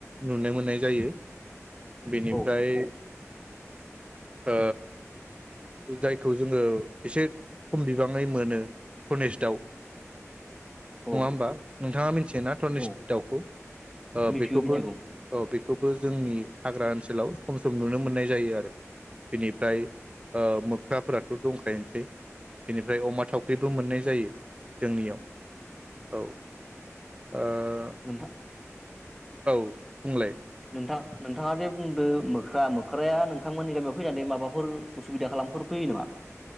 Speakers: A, on the right (about 20°); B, in the centre.
A: नुनो मोननाय जायो । बेनिफ्राय
B: औ
A: ओ जायखौ जोङो एसे खम बिबाङै मोनो थनेस्ट दाव
B: औ
A: नङा होमबा नोंथाङा मिथियोना धनेस
B: औ
A: दाउखौ? ओ
B: मिथिगौ
A: बेखौबो
B: मिथिगौ
A: ओ बे बेखौबो जोंनि हाग्रा ओनसोलाव सम सम नुनो मोननाय जायो आरो । बिनिफ्राय ओ मोख्राफोराथ दंखायोआनोसै बेनिफ्राय अमा थावख्रिबो मोननाय जायो । जोंनियाव औ। ओ
B: नोंहा
A: औ बुंलाय
B: नोंथां नोंथाङा जे बुंदो मोख्रा, मोख्राया नोंथांमोननि गामियाव फैनानै माबाफोर उसुबिदा खालामफोर फैयो नामा?